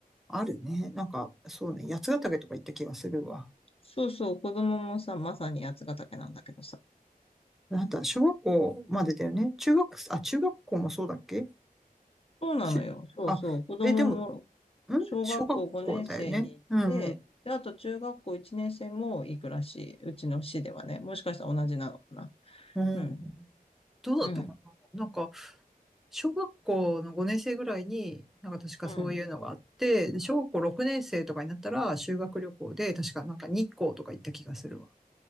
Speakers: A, in the centre; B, on the left.
A: あるね。なんか、そうね。八ヶ岳とか行った気がするわ。
B: そうそう、子供もさ、まさに八ヶ岳なんだけどさ、
A: なんだ、小学校までだよね。中学、あ、中学校もそうだっけ
B: そうなのよ。
A: 中、
B: そうそう。
A: あ、
B: 子供も
A: え、でも、ん
B: 小学校5年生に行って、
A: 小学校だよね。うんうん。
B: で、あと中学校1年生も行くらしい。うちの市ではね。もしかしたら同じなのかな。
A: うん。
B: うん。
A: どうだったかななんか、
B: うん。
A: 小学校の5年生ぐらいに、なんか確かそういうのがあって、
B: うん。
A: で小学校6年生とかになったら修学旅行で、確かなんか日光とか行った気がするわ。